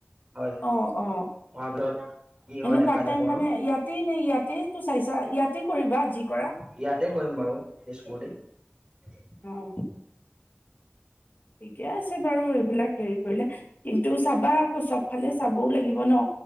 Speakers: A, on the right; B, on the left.
A: হয় হোৱাৰ
B: অ অ
A: পিছত কি হয়
B: এনে
A: দেখা
B: পাৰ্ট টাইম
A: যাব আৰু
B: মানে ইয়াতেই নে ইয়াতেই তো চাইছা ইয়াতেই কৰিবা যি কৰা।
A: তাতে কৰিম বাৰু তেজপুৰতে
B: অঁ। ঠিকে আছে বাৰু এইবিলাক হেৰি কৰিলে আহ্ কিন্তু চাবা আকৌ চব ফালে চাবও লাগিব ন